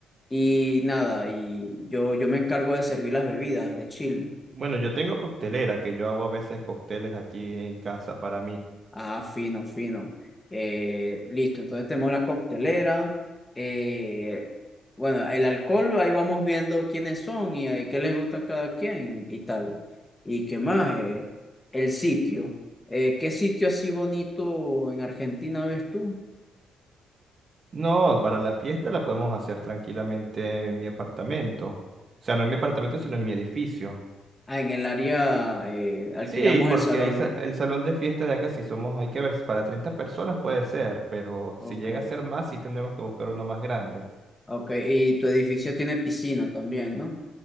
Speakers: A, on the left; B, on the right.
A: y nada, y yo, yo me encargo de servir las bebidas de chill.
B: Bueno, yo tengo coctelera, que yo hago a veces cócteles aquí en casa para mí.
A: Ah, fino, fino. Eh, listo, entonces tenemos la coctelera. eh, bueno, el alcohol, ahí vamos viendo quiénes son y, eh, qué les gusta a cada quien y, tal. ¿Y qué más? eh, el sitio. Eh, ¿qué sitio así bonito en Argentina ves tú?
B: No, para la fiesta la podemos hacer tranquilamente en mi apartamento. O sea, no en mi apartamento, sino en mi edificio.
A: Ah, en el área eh, alquilamos
B: Sí, porque
A: el salón.
B: hay sa- el salón de fiesta de acá, si somos, hay que ver, si para 30 personas puede ser, pero
A: Ok,
B: si llega a ser más, sí tendremos que buscar uno más grande.
A: ok. Y tu edificio tiene piscina también, ¿no?